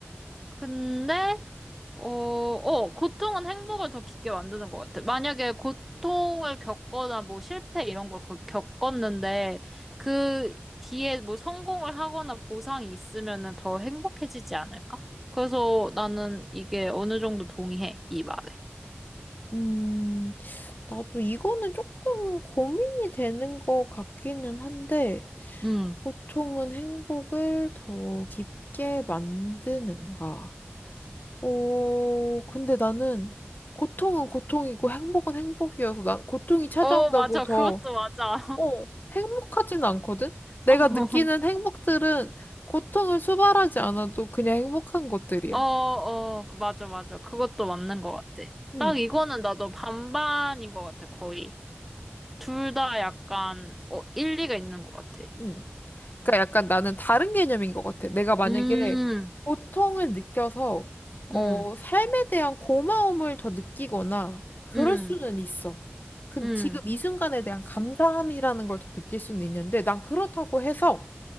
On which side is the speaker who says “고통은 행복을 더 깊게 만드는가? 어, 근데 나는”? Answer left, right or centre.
Left